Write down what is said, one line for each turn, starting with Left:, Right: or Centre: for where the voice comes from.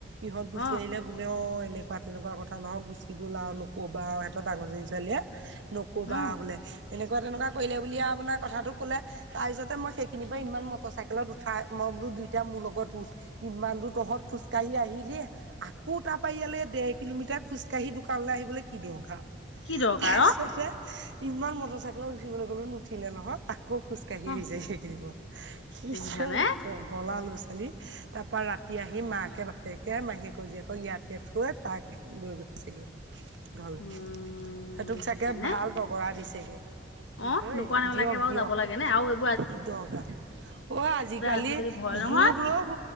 Right: ইহত
Left: অ
Right: গুচি আহিলে বুলি। বোলে অ এনেকুৱা তেনেকুৱা কথা নহয়, গুচি গ'ল আৰু নকবা আৰু সিহত ডাঙৰজনী ছোৱালীয়ে নকবা
Left: অ
Right: বোলে, এনেকুৱা তেনেকুৱা কৰিলে বুলিয়ে আপোনাক কথাটোক কলে তাৰ পিছতে মই সেইখিনি পৰা ইমান মটৰ চাইকেলত উঠা মই বোলো দুইতটা মোৰ লগত উঠ। ইমান দূৰ তহঁত খোজকাঢ়ি আহিলি। আকৌ তাৰপা ইয়ালৈ ডেৰ কিলোমিটাৰ খোজকাঢ়ি দোকানলৈ আহিবলৈ কি দৰকাৰ।
Left: কি দৰকাৰ
Right: তাৰপিছতে
Left: অ
Right: ইমান মটৰ চাইকেলত উচিবলৈ কলো নুঠিলে নহয়। আকৌ খোজ- কাঢ়ি
Left: অ
Right: আহিছে সেইখিনি দূৰ, কি
Left: দেখিছানে
Right: যে পগলা ল'ৰা - ছোৱালী। তাৰ পৰা ৰাতি আহি মাকে বাপেকে মাহীয়েকৰ জীয়েকক ইয়াতে থৈ তাক লৈ গৈ গে ঘৰলে
Left: উম
Right: সেইটোক
Left: দেখিছানে
Right: চাগে ভাল দগৰা দিছেগে। দিবই।
Left: অ নোকোৱা নেমেলাকে
Right: দিয়ক
Left: বাৰু
Right: দিয়ক।
Left: যাব নে আৰুএইবোৰ
Right: কি দৰকাৰ। অ আজিকালিৰ
Left: আজিকালি ভয় নহয়
Right: যুগত ৰব